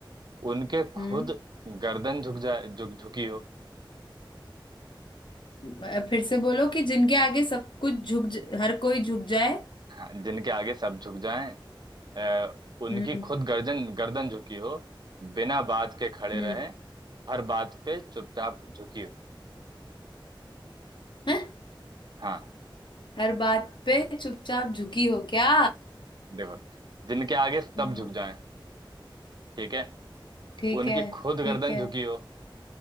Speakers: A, on the right; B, on the left.
A: उनके खुद
B: हम्म
A: गर्दन झुक जाए झुक झुकी हो
B: अ, फिर से बोलो कि जिनके आगे सब कुछ झुक ज- हर कोई झुक जाए
A: हाँ जिनके आगे सब झुक जाएं अ, उनकी
B: हम्म
A: खुद गर्दन गर्दन झुकी हो बिना बात के खड़े
B: हम्म
A: रहे हर बात पे चुपचाप झुकी हो
B: हैं?
A: हाँ
B: हर बात पे चुपचाप झुकी हो क्या
A: देखो जिनके आगे सब
B: हम्म
A: झुक जाएं ठीक है
B: ठीक
A: उनकी
B: है
A: खुद
B: ठीक
A: गर्दन
B: है
A: झुकी हो